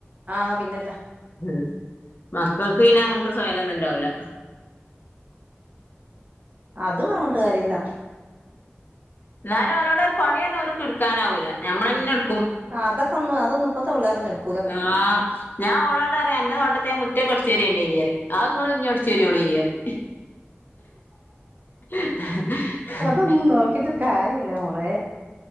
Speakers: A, on the right; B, on the left.
A: ആഹ് പിന്നല്ല
B: ഉം മക്കൾക്ക് പിന്നെ അങ്ങനത്തെ സയില്ലംന്നുംണ്ടാവൂല
A: അത് പറഞ്ഞിട്ട് കാര്യല്ല
B: എന്നാലും ഓരോട് ഒരു പണിയൊന്നും ഓർക്ക് എടുക്കാനാവൂല്ല ഞമ്മൾ തന്നെട്
A: ആഹ് അതൊക്കൊന്ന് അതൊന്ന് ഇപ്പത്തെ പിള്ളേരൊന്നും എടു
B: ആഹ് ഞാൻ ഓളോട് പറയും അന്റെ നോട്ടത്തെ ആ മുറ്റക്കേ അടച്ചുവാരി ഇടേ ഇനി പറയും അത് നിങ്ങളന്നെ അടിച്ചു വാരിയോള്ളിയെന്ന് പറയും ഹെ ഹെ ഹെ
A: അതൊന്നും നോക്കിട്ട് കാര്യല്ല മോളെ